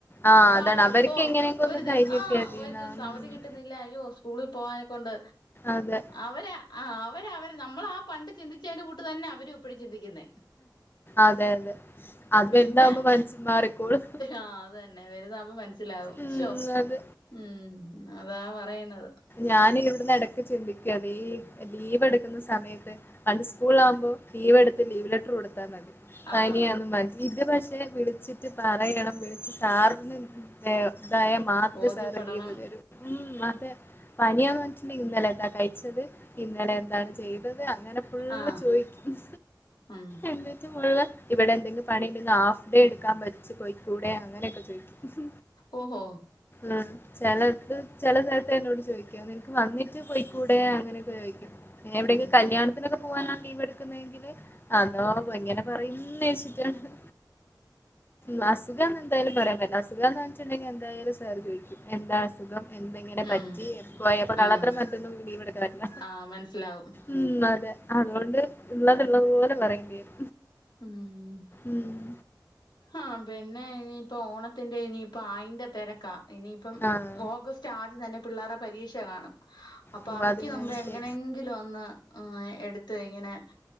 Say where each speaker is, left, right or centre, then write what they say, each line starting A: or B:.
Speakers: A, on the left; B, on the left.
A: ആഹ്
B: അപ്പൊ
A: അതാണ്
B: അവര്
A: അവർക്ക്
B: ഓ
A: എങ്ങനെയെങ്കിലും
B: ഒരു
A: ഒന്ന്
B: ദി
A: കൈ കിട്ടിയാ
B: ആഹ്
A: മതിയെന്നാ
B: ഒരു ദിവസം
A: ഉം
B: അവധി കിട്ടുന്നില്ല അയ്യോ സ്കൂളിൽ പോവാനെ കൊണ്ട്
A: അതെ
B: അവര് അവര അവരെ നമ്മള ആ പണ്ട് ചിന്തിച്ചതിന്റെ കൂട്ട് തന്നാ അവരും ഇപ്പഴും ചിന്തിക്കുന്നെ
A: അതെ അതെ അത്
B: പിന്നെ
A: വലുതാവുമ്പോ മനസ് മാറിക്കോളും
B: ആ അത് തന്നെ വലുതാവുമ്പോ മനസ്സിലാവും
A: ഉ
B: ശോ
A: അത്
B: ഉം അതാ പറയുന്നത്
A: ഞാനിവിടന്ന് ഇടക്ക് ചിന്തിക്ക ഈ ലീവ് എടുക്കുന്ന സമയത്ത് പണ്ട് സ്കൂളിലാവുമ്പോ ലീവ് എടുത്ത് ലീവ് ലെറ്റർ കൊടുത്താ മതി
B: ആ
A: പനിയാന്നും പറഞ്ഞിട്ട് ഇത് പ പക്ഷെ വിളിച്ചിട്ട് പറയണം വിളിച്ച് സാറിന് ഇതായ മാത്രെ
B: ബോധ്യപ്പെടണം
A: സാറ് ലീവ് തരു ഉം അതെ പനിയന്ന് വെച്ചിട്ടുണ്ടെിൽ ഇന്നലെ എന്താ കഴിച്ചത് ഇന്നലെ എന്താണ് ചെയ്യുന്നത് അങ്ങനെ പുള്ള
B: ആ
A: ചോദിക്കുന്നു
B: ഉം
A: എന്നിട്ട് മുഴുവൻ ഇവിടെ എന്തെങ്കും പണിണ്ടെങ്കിൽ ഹാഫ് ഡേ എക്കാൻ പറ്റിു പോയിക്കൂടെ അങ്ങനെയൊക്കെ ചോദിക്കു
B: ഓഹോ
A: ഉം ചെല ോട് ചോദിക്ക നിനക്ക് വന്നിട്ട് പോയിക്കൂടെ അങ്ങനൊക്കെ ചോദിക്കാം എവിടയക്കെ
B: ഉം
A: കല്യാണത്തിനൊക്കെ പോവാനാണ് എടുക്കുന്നെങ്കില് അതോ ഇങ്ങനെ പറയുന്ന വെച്ചിട്ടാണ് നസ <unintelligible> എന്തായാലും പറയാൻ പറ്റ അസുഖ എന്ന്ച്ചിട്ടണ്ടെങ്കിൽ എന്തായാലും സർ ചോദിക്കും എന്താ അുഖം എന്തെങ്കിലും
B: ഉം
A: പറ്റി പോയ അപ്പൊ കളളത്തരം
B: ആഹ്
A: ത്ത്മറ്റൊന്നും ലീവ എടുക്ക വറ്റ
B: ആഹ് മനസ്സിലാവും
A: ഉ അതെ അതുകൊണ്ട് ഉള്ളത് ഉള്ളത്പോലെ പറയേണ്ടി വരും
B: ഉം
A: ഉം
B: ആഹ് പിന്നെ ഇനിയിപ്പ ഓണത്തിന്റെ ഇനിയിപ്പ അയിന്റെ തിരക്കാ ഇനിയിപ്പം
A: ആഹ്
B: ഓഗസ്റ്റ് ആദ്യം തന്നെ പിള്ളേരുടെ പരീക്ഷ കാണും അപ്പൊ
A: പോവാതെ
B: അതിക്ക് മുമ്പ്
A: കഴിഞ്ഞിട്ടേ
B: എങ്ങനെങ്കിലും ഒന്ന് ആ എടുത്ത് ഇങ്ങനെ